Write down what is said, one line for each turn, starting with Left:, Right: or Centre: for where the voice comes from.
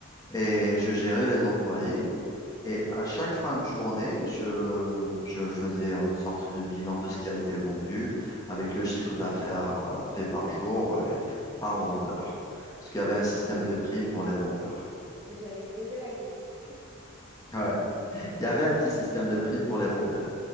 Left: et je gérais les employés. Et à chaque fin de journée, je, je faisais une sorte de bilan de ce qui a été vendu avec le chiffre d'affaires euh, fait par jour et par vendeur. Parce qu'il y avait un système de primes pour les vendeurs.
Right: J'allais te poser la question.
Left: Ouais. Il y avait un petit système de primes pour les vendeurs.